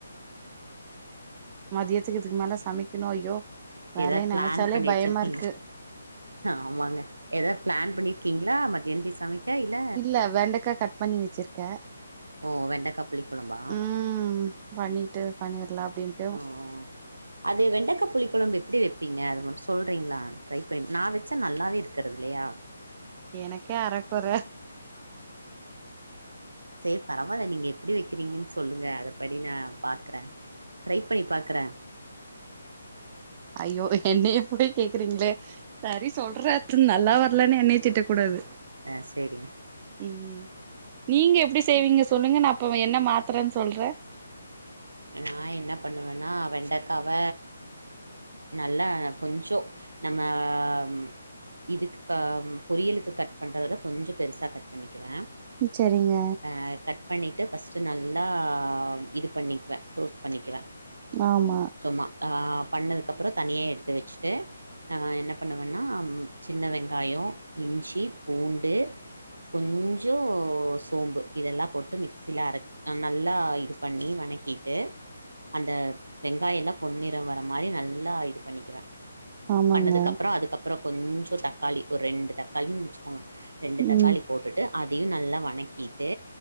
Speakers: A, on the right (about 25°); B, on the right (about 75°).
A: மதியத்துக்கு இதுக்கு மேல சமைக்கணு ஐயோ வேலைய
B: ஏதா ப்ளான்
A: நெனைச்சாலே
B: பண்ணி
A: பயமா
B: வச்சிருக்கீங்க
A: இருக்கு
B: ஆமாங்க எதாவ் ப்ளான் பண்ணிர்க்கீங்ளா மத்யந்துக் சமைக்க இல்ல
A: இல்ல வெண்டக்கா கட் பண்ணி வெச்சிர் த்த
B: ஓ வெண்டக்கா புளி குழம்பா
A: உம் பண்ணிட்டு பண்ணிர்லா அப்டின்ட்டு
B: ஆ அது வெண்டக்கா புளி கொழம்பு எப்டி வெப்பீங்க அது மட் சொல்றீங்ளா ட்ரை பண் நா வெச்ச நல்லாவே இரு க்றதில்லையா
A: எனக்கே அரக்கொற
B: சேரி பரவால்ல நீங்க எப்டி வெக்கிறீங்கன் சொல்லுங்க அத படி நா பாக்குற ட்ரை பண்ணி பாக்ற
A: ஐயோ என்னையப் போய் கேக்குறீங்ளே சரி சொல்றத் நல்லா வர்லன் என்னையத் திட்டக் கூடாது
B: ஆ சேரிங்க
A: ம் நீங்க எப்டி செய்வீங்க சொல்லுங்க நா அப்பவ் என்ன மாத்தறே சொல்றே
B: நா என்ன பண்ணுவேன்னா வெண்டக்காவ நல்லா கொஞ்சோ நம்ம ம் இதுக் கா ம் பொரியலுக்கு கட் பண்றதட கொஞ்ச பெருசா கட் பண்ணிக்குவ
A: ம் செரிங்க
B: அ கட் பண்ணிட்டு ஃபஸ்ட்டு நல்லா இது பண்ணிக்வ டோஸ் பண்ணிக்குவ
A: ஆமா
B: சும்மா ஆ பண்ணதுக்கப்றோ தனியா எடுத்து வெச்சுட்டு அ என்னப்பண்ணுவன்னா சின்ன வெங்காயோ இஞ்சி பூண்டு கொஞ்சோ சோம்பு இதெல்லா போட்டு மிக்சில அரச் அ நல்லா இது பண்ணி வணக்கி ட்டு அந்த வெங்காய்ல்லா பொன்னிற வர மாரி நல்லா இது பண்ணிக்வ
A: ஆமாங்க
B: பண்ணதுக்கப்றோ அதுக்கப்றோ கொஞ்சோ தக்காளி ஒர் ரெண்டு தாக்காளின் வச்சிக்கோங்க ரெண்டு தக்காளி
A: ம்
B: போட்டுட்டு அதையு நல்லா வணக்கிட்டு